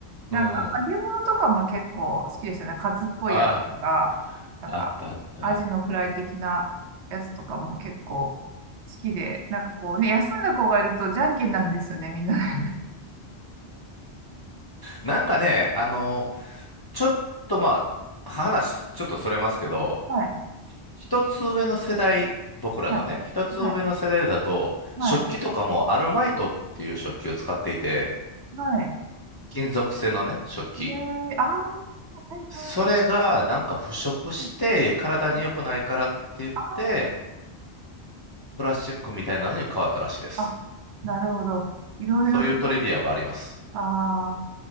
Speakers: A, on the right (about 80°); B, on the left (about 35°).
A: なんか、
B: うん。
A: 揚げ物とかも結構好きですよね。カツっぽいやつとか、
B: あ
A: なんか、
B: あ、あったあった。
A: アジのフライ的なやつとかも結構好きで、なんかこうね、休んだ子がいるとじゃんけんなんですよね、みんなで。
B: なんかね、あの、ちょっとまあ、話、ちょっとそれますけど、
A: <laughs> はい。
B: 一つ上の世代、僕らのね、
A: はい。
B: 一つ上の世代だと、
A: はい。はい。
B: 食器とかもアルマイトっていう食器を使っていて、
A: はい。
B: 金属製のね、食器。
A: ええああ、はいはいはい。
B: それがなんか腐食して体に良くないからって言って、
A: うんうんあ
B: プラスチックみたいなのに変わったらしいです。
A: あ、あ、なるほど。いろいろと、
B: そういうトリビアがあります。
A: ああ、